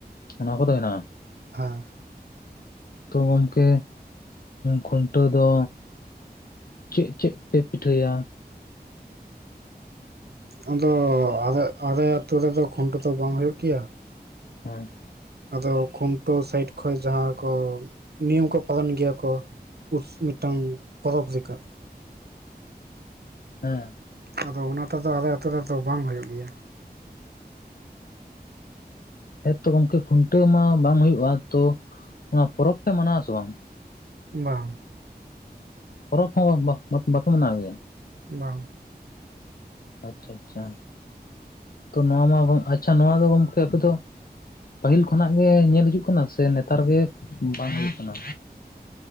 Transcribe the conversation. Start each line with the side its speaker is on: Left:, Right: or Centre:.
Left: ᱚᱱᱟ ᱠᱚᱫᱚ ᱦᱮᱱᱟᱜᱼᱟ᱾
Right: ᱦᱟᱸ᱾
Left: ᱛᱚ ᱜᱚᱢᱠᱮ ᱠᱷᱩᱱᱴᱟᱹᱣ ᱫᱚ ᱪᱮᱫ ᱪᱮᱫ ᱯᱮ ᱯᱤᱴᱷᱟᱹᱭᱟ?
Right: ᱟᱫᱚ ᱟᱞᱮ-ᱟᱞᱮ ᱟᱹᱛᱩ ᱨᱮᱫᱚ ᱠᱷᱩᱱᱴᱟᱹᱣ ᱫᱚ ᱵᱟᱝ ᱦᱩᱭᱩᱜ ᱜᱮᱭᱟ᱾
Left: ᱦᱮᱸ᱾
Right: ᱟᱫᱚ ᱠᱷᱩᱱᱴᱟᱹᱣ ᱥᱟᱭᱤᱰ ᱠᱷᱚᱱ ᱡᱟᱦᱟᱸ ᱠᱚ ᱱᱤᱭᱚᱢ ᱠᱚ ᱯᱟᱞᱚᱱ ᱜᱮᱭᱟ ᱠᱚ ᱩᱥ ᱢᱤᱫᱴᱟᱝ ᱯᱚᱨᱚᱵᱽ ᱞᱮᱠᱟ᱾
Left: ᱦᱮᱸ᱾
Right: ᱟᱫᱚ ᱚᱱᱟᱴᱟᱜ ᱫᱚ ᱟᱞᱮ ᱟᱛᱩ ᱨᱮᱫᱚ ᱵᱟᱝ ᱦᱩᱭᱩᱜ ᱜᱮᱭᱟ᱾
Left: ᱦᱮᱸᱛᱚ ᱜᱚᱢᱠᱮ ᱠᱷᱩᱱᱴᱟᱹᱣ ᱢᱟ ᱵᱟᱝ ᱦᱳᱭᱳᱜᱼᱟ, ᱛᱚ ᱚᱱᱟ ᱯᱚᱨᱚᱵᱽ ᱯᱮ ᱢᱟᱱᱟᱣ ᱟ ᱥᱮ ᱵᱟᱝ?
Right: ᱵᱟᱝ᱾
Left: ᱯᱚᱨᱚᱵᱽ ᱦᱚᱸ ᱵᱟᱠᱚ ᱢᱟᱱᱟᱣ ᱜᱮᱭᱟ?
Right: ᱵᱟᱝ᱾
Left: ᱟᱪᱪᱷᱟ, ᱟᱪᱪᱷᱟ ᱛᱚ ᱱᱚᱣᱟ ᱢᱟ ᱟᱪᱪᱷᱟ ᱱᱚᱣᱟ ᱫᱚ ᱜᱚᱢᱠᱮ ᱟᱯᱮ ᱫᱚ ᱯᱟᱹᱦᱤᱞ ᱠᱷᱚᱱᱟᱜ ᱜᱮ ᱧᱮᱞ ᱦᱤᱡᱩᱜ ᱠᱟᱱᱟ, ᱥᱮ ᱱᱮᱛᱟᱨ ᱜᱮ ᱵᱟᱝ ᱦᱩᱭᱩᱜ ᱠᱟᱱᱟ?